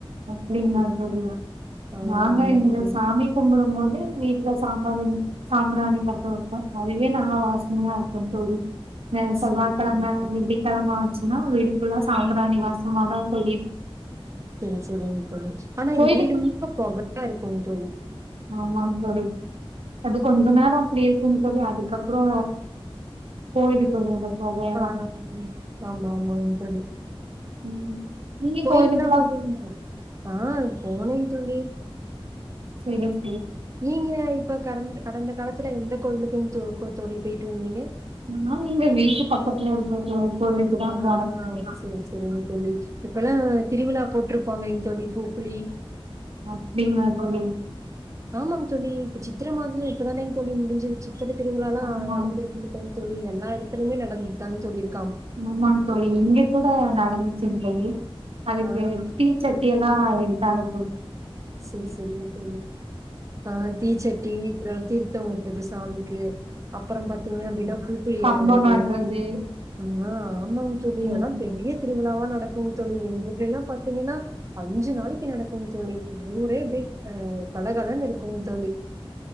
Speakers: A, on the right; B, on the right.
A: அப்படின் நான் சொல்வ
B: ஆ
A: நாங்க
B: ஆமாங்க
A: இங்க
B: தோழி
A: சாமி கும்பிடும் போது வீட்டு்ல சாம்பாரிணி சாம்பிராணி பத்த வைப்போம் அதுவே நல்ல வாசனையா இருக்கும் தோழி ந செவ்வா
B: சரி சரிங்க
A: கெழம வெள்ளி கெழம வீடு ஃபுல்லா சம்பராாணிவாசம் ஆமாங்க தோழி
B: செரிங் ல்ல ஆனா இது
A: கோயிலுக்கு
B: வீடு முலுக்க பொகைய யா இருக்கோ தோழி
A: ஆமாங்க தோழி அது கொஞ்சோ நேரம் அப்டி இருக்குன்னு தோழி அதுக்கப்பறோ போயிடும் தோழி பொகையெல்லா
B: ஆஹ் ஆமா ஆமாங்க தோழி
A: ம் நீங்க
B: கோயிலுக்கு
A: கோயிலுக்குல்லா
B: எல்லா போவிங்கலா ஆஹ் போ ஆமாங்க தோழி
A: <unintelligible>
B: நீங்க இப்ப கடந்த கடந்த காலத்துல எந்த கோவிலுக்கு தோழி த்தோழி போயிட்டு வந்தீங்க
A: நா எங்க வீட்டு பக்கத்துல இருக்க கோ கோயிலுக்குதா
B: ஆஹ்
A: போனோ தோழி
B: செரி செரிங்க தோழி இப்பல்லா திருவிழா போட்டிருப்பாங்க தோழி பூக்குளி
A: அப்டிங்களா தோழி
B: ஆமாங்க தோழி இப்ப சித்திர மாதமே இப்பதானேங்க தோழி முடிஞ்சது பிரச்சன திருவிழாலா
A: ஆமா
B: நடந்திருக்கமல்ல தோழி எல்லா எடுத்து <unintelligible>
A: ஆமாங்க தோழி இங்க கூட நடந் செரிங்க தோழி அதுக்கு
B: ஆ
A: தீசட்டி எல்லா எடுத்தா ஆம்
B: செரி செரி தோழி ஆஹ் தீச்சட்டி அப்பறோ தீர்த்தொ இந்த சாமிக்கு அப்பறோ பாத்தீங்கன்னா வீனா பூக்குளி
A: கம்போ
B: இறங்குறது
A: நட்றது
B: ஆமா ஆமாங்க தோழி
A: அப்டிங்களா
B: எல்லா பெரிய திருவிழாவா நடக்குங்க தோழி எங்கூர்லலா பாத்தீங்கன்னா அஞ்சு நாளைக்கு நடக்கும்ங்க தோழி ஊரே அ பழகலன்னு இருக்கு தோழி